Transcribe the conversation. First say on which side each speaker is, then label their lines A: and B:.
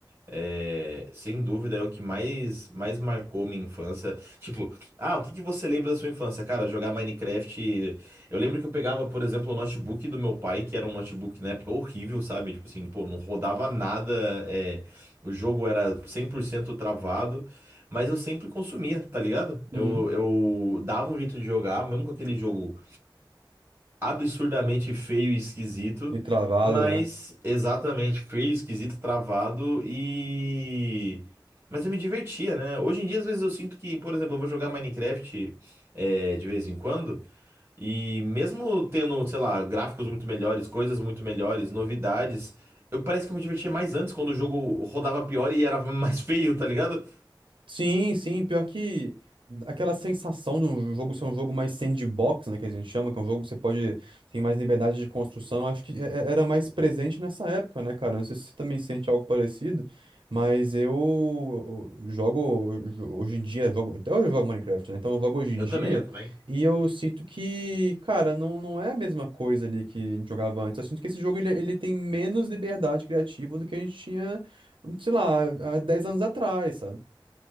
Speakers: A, on the right; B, on the right.
A: É, sem dúvida é o que mais, mais marcou minha infância. Tipo, ah, o que que você lembra da sua infância? Cara, jogar Minecraft. Eu lembro que eu pegava, por exemplo, o notebook do meu pai, que era um notebook na época horrível, sabe? Tipo assim, pô, não rodava nada, é, o jogo era 100% travado, mas eu sempre consumia, tá ligado?
B: Uhum.
A: Eu, eu dava um jeito de jogar, mesmo com aquele jogo absurdamente feio e esquisito,
B: E travado,
A: mas
B: né?
A: exatamente feio, esquisito, travado e. Mas eu me divertia, né? Hoje em dia, às vezes eu sinto que, por exemplo, eu vou jogar Minecraft é, de vez em quando, e mesmo tendo, sei lá, gráficos muito melhores, coisas muito melhores, novidades, eu parece que eu me divertia mais antes, quando o jogo rodava pior e era <laughs> mais feio, tá ligado?
B: Sim, sim, pior que aquela sensação de um jogo ser um jogo mais sandbox, né, que a gente chama, que é um jogo que você pode tem mais liberdade de construção, eu acho que é- é- era mais presente nessa época, né, cara? Não sei se você também sente algo parecido, mas eu jogo hoje em dia, jogo, até hoje eu jogo Minecraft, né? Então eu jogo hoje em
A: Eu
B: dia
A: também, eu também.
B: e eu sinto que, cara, não, não é a mesma coisa ali que a gente jogava antes. Eu sinto que esse jogo ele, ele tem menos liberdade criativa do que a gente tinha, sei lá, há 10 anos atrás, sabe?